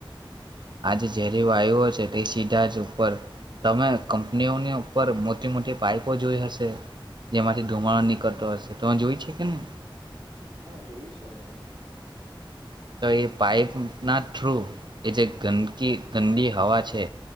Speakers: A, on the right (about 55°); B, on the right (about 90°).
A: આજે ઝેરી વાયુઓ છે તે સીધા જ ઉપર તમે કંપનીઓની ઉપર મોટી મોટી પાઈપો જોઈ હશે જેમાંથી ધુમાડ નીકળતો હશે તો જોઈ છે કે નહિ
B: હા જોયું છે મેને
A: તો એ પાઈપના થ્રુ એ જે ગંદકી ગંદી હવા છે